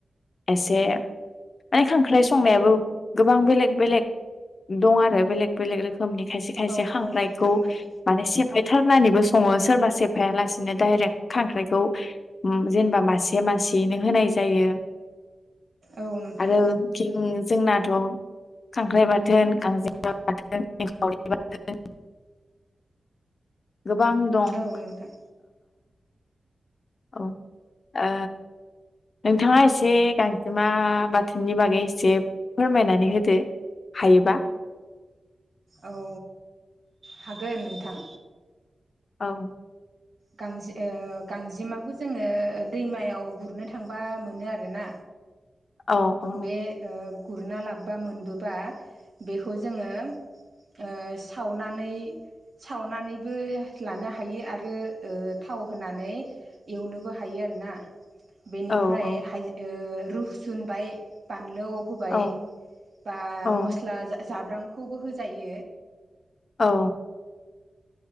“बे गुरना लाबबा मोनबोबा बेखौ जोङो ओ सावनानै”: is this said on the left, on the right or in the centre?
Right